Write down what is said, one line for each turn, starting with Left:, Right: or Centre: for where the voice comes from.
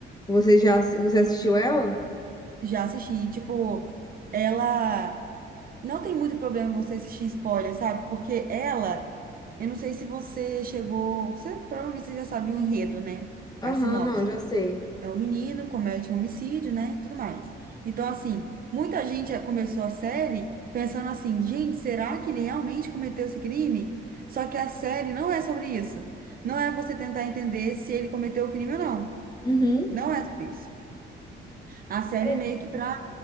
Left: Você já assi- você assistiu ela?
Right: Já assisti. Tipo, ela... Não tem muito problema você assistir spoiler, sabe? Porque ela... Eu não sei se você chegou... Você provavelmente você já sabia o enredo, né?
Left: Aham,
Right: A sinopse.
Left: não, já sei.
Right: É o menino, comete um homicídio, né? Tudo mais. Então, assim, muita gente já começou a série pensando assim, gente, será que ele realmente cometeu esse crime? Só que a série não é sobre isso. Não é você tentar entender se ele cometeu o crime ou não.
Left: Uhum.
Right: Não é sobre isso. A série
Left: É,
Right: é meio que para